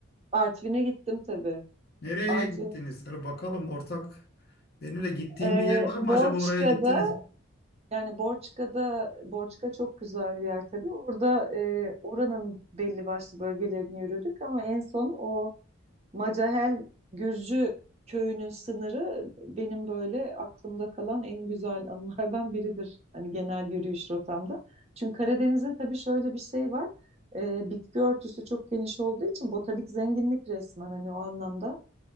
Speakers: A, on the right; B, on the left.
A: Artvin'e gittim tabii.
B: Nereye
A: Artvin,
B: gittiniz? Hadi bakalım ortak. Benimle gittiğim
A: e,
B: bir yer var
A: Borçka'da
B: mı acaba oraya gittiniz mi?
A: Yani Borçka'da, Borçka çok güzel bir yer tabii. Orada e, oranın belli başlı bölgelerini yürüdük ama en son o Macahel Gürcü köyünün sınırı benim böyle aklımda kalan en güzel anılardan biridir. Hani genel yürüyüş rotamda. Çünkü Karadeniz'in tabii şöyle bir şey var. E, bitki örtüsü çok geniş olduğu için botanik zenginlik resmen hani o anlamda.